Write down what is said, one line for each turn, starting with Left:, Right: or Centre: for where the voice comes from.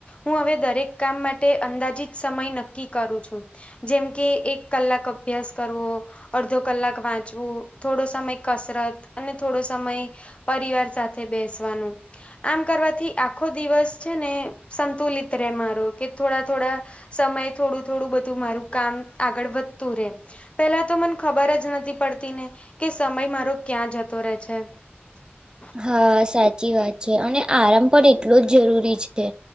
Left: હું હવે દરેક કામ માટે, અંદાજીત સમય નક્કી કરું છું. જેમ કે એક કલાક અભ્યાસ કરવો. અડધો કલાક વાંચવું. થોડો સમય કસરત. અને થોડો. સમય પરિવાર સાથે બેસવાનું. આમ કરવાથી આખો દિવસ છે ને, સંતુલિત રહેે મારો. કે થોડા થોડા. સમય થોડું થોડું બધું મારું કામ આગળ વધતું રહેે. પેલા તો મને ખબર જ નથી પડતી ને, કે સમય મારો ક્યાં જતો રહે છે. છે.
Right: હા સાચી વાત છે. અને આરામ પણ એટલો જ જરૂરી છે.